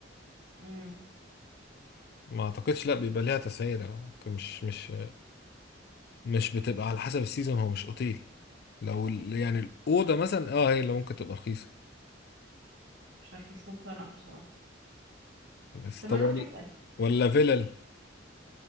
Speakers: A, on the right; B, on the left.
A: امم
B: ما أعتقدش لا بيبقى ليها تسعيرة ممكن مش مش مش بتبقى على حسب السيزون هو مش أوتيل لو ال- يعني الأوضة مثلا أه هي اللي ممكن تبقى رخيصة
A: مش عارفه مش مقتنعه بصراحه
B: بس
A: طب
B: طب
A: ما نروح
B: ولا
A: نسال
B: ولا فيلل